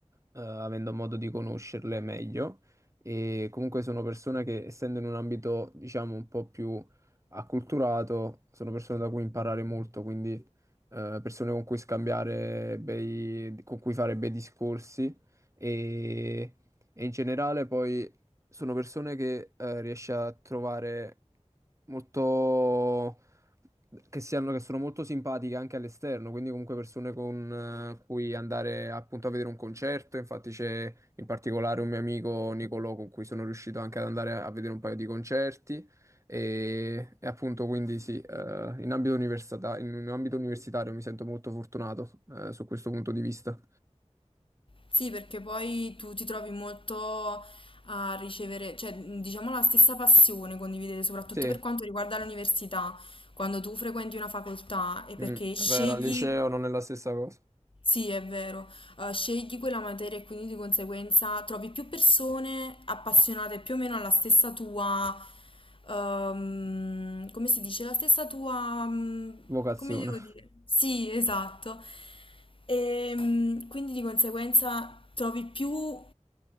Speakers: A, on the right; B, on the left.
A: eh, avendo modo di conoscerle meglio, e comunque sono persone che, essendo in un ambito, diciamo, un po' più acculturato, sono persone da cui imparare molto, quindi eh, persone con cui scambiare bei, con cui fare bei discorsi e, e in generale poi sono persone che eh, riesci a trovare molto che, siano, che sono molto simpatiche anche all'esterno, quindi comunque persone con eh, cui andare appunto a vedere un concerto. Infatti c'è in particolare un mio amico Nicolò con cui sono riuscito anche ad andare a vedere un paio di concerti. E, e appunto quindi sì, eh, in ambito università- in un ambito universitario mi sento molto fortunato eh, su questo punto di vista.
B: Sì, perché poi tu ti trovi molto a ricevere, cioè diciamo la stessa passione condividete, soprattutto
A: Sì,
B: per quanto riguarda l'università, quando tu frequenti una facoltà e perché
A: mm, è
B: scegli
A: vero, al liceo non è la stessa cosa.
B: Sì, è vero. Eh, scegli quella materia e quindi di conseguenza trovi più persone appassionate più o meno alla stessa tua, ehm, come si dice, la stessa tua, mm,
A: Vocazione.
B: come devo dire? Sì, esatto. E, mm, quindi di conseguenza trovi più